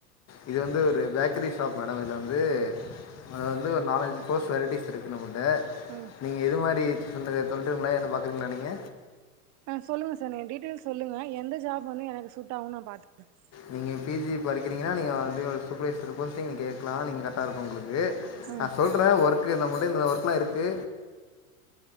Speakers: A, on the left (about 35°); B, on the right (about 40°).
A: இது வந்து ஒரு பேக்கரி ஷாப் மேடம் இதுல வந்து அது வந்து ஒரு நாலஞ்சு பர்ஸ் வெரைட்டிஸ்ஸு இருக்கு நம்மிட்ட
B: ம்
A: நீங்கள் எது மாரி <unintelligible> சொல்ட்டுங்களா என்ன பாக்குறீங்களா நீங்க
B: ஆ சொல்லு சார் நீங்க எ டீட்டெயில்ஸ் சொல்லுங்க எந்த ஜாப் வந்து எனக்கு சூட் ஆவு நா பாத்து <inaudible>
A: நீங்க பி ஜி படிக்கிறீங்கன்னா நீங்க வந்து ஒரு சூப்பர்வைசர் போஸ்டிங் நீங்க கேட்கலா நீங்க கரெக்டா இருக்கு உங்களுக்கு
B: ம்
A: ந சொல்றே ஒர்க் நம்முள்ட்ட இந்த ஒர்க்ல்லா இருக்கு